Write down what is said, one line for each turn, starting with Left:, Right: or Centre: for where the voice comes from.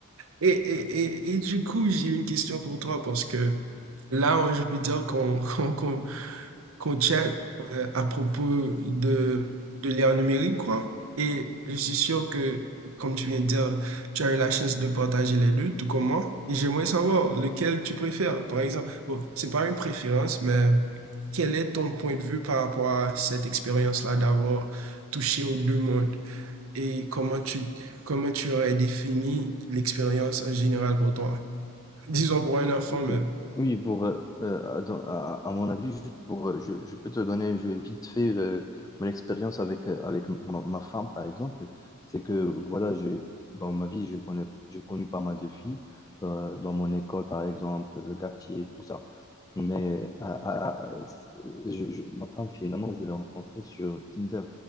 Right: Et, et, et, et du coup, j'ai une question pour toi parce que là, on- je peux dire qu'on <laughs> qu'on, qu'on, qu'on chat euh, à propos de, de l'ère numérique, quoi. Et je suis sûr que, comme tu viens de dire, tu as eu la chance de partager les deux, tout comme moi. Et j'aimerais savoir lequel tu préfères, par exemple. Bon, c'est pas une préférence, mais quel est ton point de vue par rapport à cette expérience-là d'avoir touché aux deux mondes et comment tu, comment tu aurais défini l'expérience en général pour toi? Disons pour un enfant
Left: Oui,
Right: même.
Left: oui, pour, euh, euh, dans- à, à mon avis, juste pour, euh, je, je peux te donner, je vais vite fait le- mon expérience avec, euh, avec ma, ma femme, par exemple. C'est que, voilà, j'ai, dans ma vie, je connais, j'ai connu pas mal de filles, euh, dans mon école, par exemple, le quartier, tout ça. Mais à- à- à- je- je- ma femme, finalement, je l'ai rencontrée sur Tinder